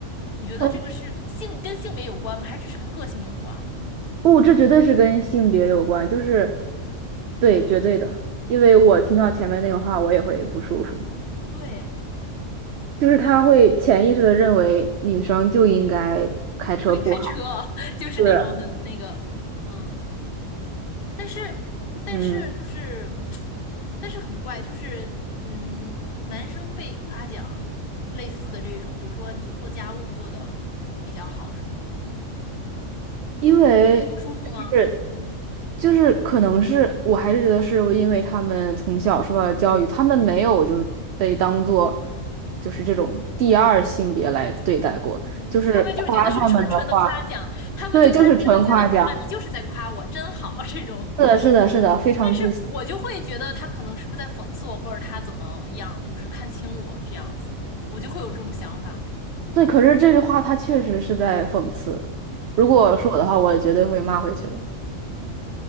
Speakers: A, on the left; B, on the right.
A: 你觉得这个是性跟性别有关吗？
B: 哦，
A: 还只是跟个性有关？
B: 不，这绝对是跟性别有关，就是，对，绝对的，因为我听到前面那个话，我也会不舒服，
A: 对，
B: 就是他会潜意识的认为女生就应该开车不好，
A: 啊不会开车，<laughs> 就是那种很那个，
B: 是。
A: 嗯。但是但是就是，
B: 嗯，
A: <tsk> 但是很怪，就是嗯，男生被夸奖类似的这种，比如说你做做家务做的呃比较好什么的，
B: 因为
A: 你会不舒服吗？
B: 是就是可能是我还是觉得是因为他们从小受到的教育，他们没有就是被当做就是这种第二性别来对待过，
A: 嗯，
B: 就是夸他们的话，
A: 他们就是觉得是纯纯的夸奖，他们就单纯的觉得啊，
B: 对，就是纯夸奖，
A: 你就是在夸我，真好这种。
B: 是的，是的，是的，非常自信。
A: 但是我就会觉得他可能是不是在讽刺我，或者他怎么样，就是看清我这样子，我就会有这种想法。
B: 对，可是这句话他确实是在讽刺。如果是我的话，我也绝对会骂回去的。